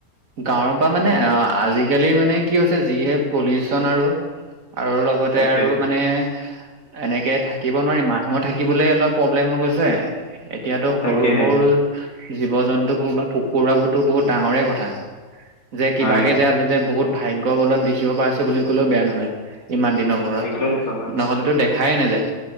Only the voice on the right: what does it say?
গাঁৱৰ পৰা মানে অ-আজিকালি মানে কি হৈছে যিহে পলিউচ তন আৰু-আৰু লগতে
আৰু মানে এনেকে থাকিব নোৱাৰি মানুহো থাকিব কিবলে অলপ প্ৰব্লেম হৈ গৈছে, এতিয়াতো
সৰু-সৰু, জীৱ জন্তুবোৰ বা পুক কৌৰাবোৰতো বহুত ডাঙৰে কথা, যে কিবাকে
যে আজি যে বহুত ভাগ্য কবলত দেখিব পাইছো বুলি ক'লেও বেয়া নহয় ইমান দিনৰ মূৰত
নহলেতো দেখা খায়ে নাযায়।